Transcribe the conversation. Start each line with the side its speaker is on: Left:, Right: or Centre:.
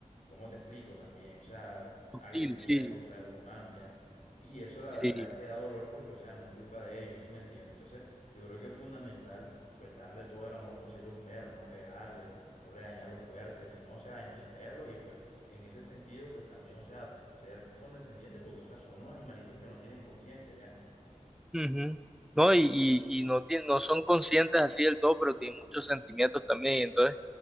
Left: ¿cómo te explico también? O sea,
Centre: Sutil,
Left: agresiva
Centre: sí,
Left: en contra de los humanos ya. Y eso la
Centre: sí.
Left: verdad es que da dolor porque, o sea, no es culpa de ellos, ¿sí me entiendes? Entonces... Yo creo que es fundamental pues darle todo el amor posible a un perro, no pegarle, no regañarlo fuerte, sino, o sea, entenderlos y pues en ese sentido pues también, o sea, ser condescendiente porque, o sea, son unos animalitos que no tienen conciencia ya.
Centre: Ujú. No, y, y, y no, tiene- no son conscientes así del todo, pero tienen muchos sentimientos también. entonces.